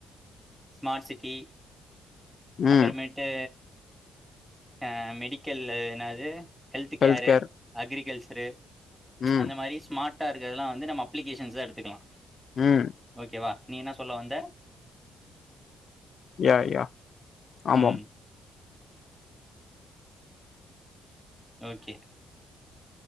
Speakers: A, in the centre; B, on the left.
A: ஸ்மார்ட் சிட்டி
B: ம்
A: அப்பறமேட்டு அ மெடிக்கல்ல என்னாது health
B: health
A: care
B: care
A: agriculture
B: ம்
A: அந்த மாரி ஸ்மார்ட்டா இருக்கற்துலா வந்து நம்ம அப்ளிகேஷன்ஸா தான் எடுத்துக்குலா
B: ம்
A: ஓகேவா நீ என்னா சொல்ல வந்த
B: யா யா ஆமா
A: ம் ஓகே